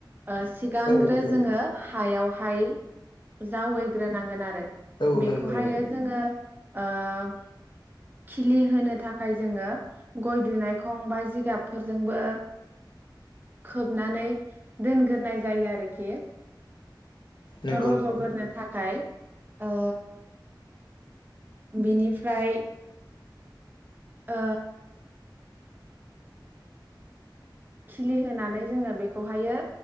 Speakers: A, on the right; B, on the left.
A: ओ सिगांग्रो
B: औ औ
A: जोङो हायाव हाय जावैग्रोनांगोन आरो
B: औ
A: बेखौहायो
B: नंगौ नंगौ
A: जोङो <unintelligible> खिलि होनो थाखाय जोङो गय दुनायखौं बा जिगाबफोरजोंबो खोबनानै दोनग्रोनाय जायो आरोखि
B: नंगौ
A: रज'ग्रो
B: नोंथां
A: थाखाय ओ बिनिफ्राय ओ खिलि होनोनानै जोङो बेखौहायो